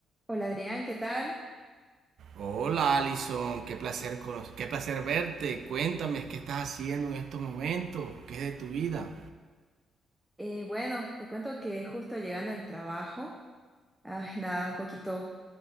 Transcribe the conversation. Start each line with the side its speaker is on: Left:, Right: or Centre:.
Centre: Hola Adrián, ¿qué tal?
Right: Hola Alison, qué placer, cono- qué placer verte. Cuéntame qué estás haciendo en estos momentos, qué es de tu vida.
Centre: Eh, bueno, te cuento que justo llegando del trabajo, ay, nada, un poquito,